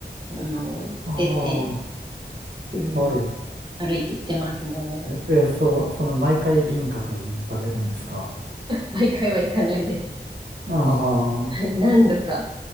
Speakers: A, on the right; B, on the right.
A: あの、
B: あ
A: 出て、
B: あ、
A: うん、
B: はい。
A: 歩いて行ってますね。
B: え、え、そう、その毎回銀閣寺に行かれるんですか
A: 毎回は行かないです。
B: ああ、
A: はい、何度か